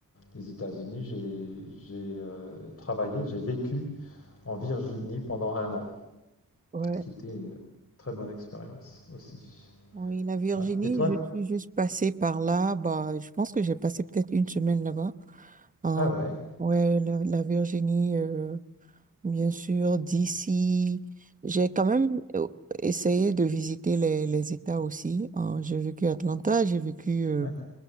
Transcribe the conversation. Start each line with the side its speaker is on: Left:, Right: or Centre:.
Left: les États-Unis, j'ai, j'ai euh, travaillé, j'ai vécu en Virginie pendant un an,
Right: ouais.
Left: qui était une très bonne expérience aussi.
Right: Oui, la Virginie,
Left: Ouais. Et toi?
Right: je suis juste passée par là. Bah, je pense que j'ai passé peut-être une semaine là-bas. Ah,
Left: Ah ouais.
Right: ouais, la, la Virginie, euh, bien sûr, d'ici. J'ai quand même euh, essayé de visiter les, les États aussi. Ah, j'ai vécu à Atlanta, j'ai vécu euh,
Left: <laughs>